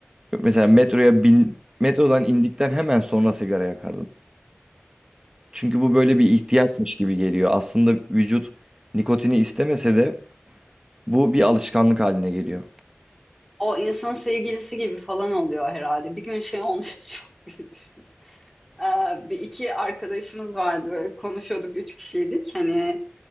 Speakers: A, on the right (about 15°); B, in the centre.
A: Mesela metroya bin, metrodan indikten hemen sonra sigara yakardım. Çünkü bu böyle bir ihtiyaçmış gibi geliyor. Aslında vücut nikotini istemese de bu bir alışkanlık haline geliyor.
B: O insanın sevgilisi gibi falan oluyor herhalde. Bir gün şey olmuştu <laughs> çok gülmüştüm. Ee, bir iki arkadaşımız vardı böyle konuşuyorduk üç kişiydik. Hani